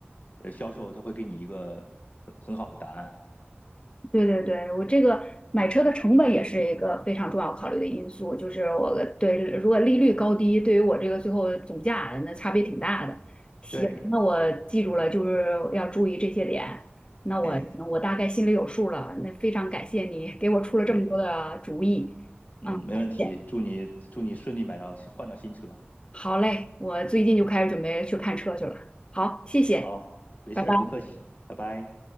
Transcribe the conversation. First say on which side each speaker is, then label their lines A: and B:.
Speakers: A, on the left; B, on the left.
A: 呃销售他会给你一个很好的答案。
B: 对对对，我这个买车的成本也是一个非常重要考虑的因素，就是我的对如果利率高低，对于我这个最后总价那差别挺大的。行，
A: 对，
B: 那我记住了，就是要注意这些点。那我我大概心里有数了。
A: 嘿嘿，
B: 那非常感谢你给我出了这么多的主意。
A: 没，嗯，
B: 嗯，
A: 没问题，
B: 感谢
A: 祝你祝你顺利买到换到新车，
B: 好嘞，我最近就开始准备去看车去了。好，谢谢，
A: 好，没事儿，
B: 拜拜。
A: 不客气，拜拜。